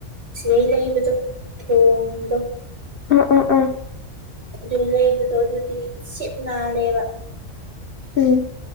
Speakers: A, on the right (about 55°); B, on the left (about 55°).
A: ꯁꯤꯗꯩ ꯂꯩꯕꯗꯣ ꯊꯣꯡꯗꯣ
B: ꯎꯝ ꯎꯝ ꯎꯝ
A: ꯑꯗꯨ ꯂꯩꯕꯗꯣ ꯑꯗꯨꯗꯤ ꯁꯤꯠ ꯅꯥꯜꯂꯦꯕ
B: ꯎꯝ